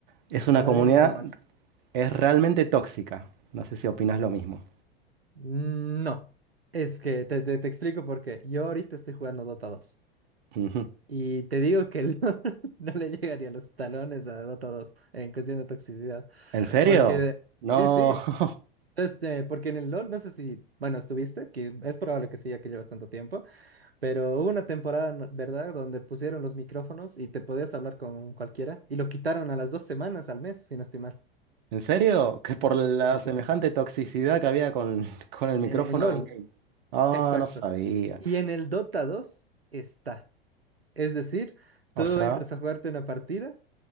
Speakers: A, on the right; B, on the right.
A: es una
B: para
A: comunidad,
B: bien y para mal.
A: es realmente tóxica. No sé si opinas lo mismo.
B: No, es que te, te, te explico por qué. Yo ahorita estoy jugando Dota dos
A: Ujú.
B: y te digo que el <laughs> LoL no le llega ni a los talones a Dota dos en cuestión de toxicidad.
A: ¿En serio?
B: Porque,
A: No.
B: sí, sí,
A: <laughs>
B: este, porque en el LoL, no sé si, bueno, estuviste, que es probable que sí, ya que llevas tanto tiempo. Pero hubo una temporada, ¿no- ¿verdad?, donde pusieron los micrófonos y te podías hablar con cualquiera y lo quitaron a las dos semanas al mes, si no estoy mal.
A: ¿En serio? Que por la
B: Sí, sí,
A: semejante
B: sí.
A: toxicidad que había con, <laughs> con el micrófono
B: Eh, En, LOL,
A: de in-game. Ah,
B: exacto.
A: no sabía.
B: Y en el Dota dos está. Es decir, tú
A: O sea.
B: entras a jugarte una partida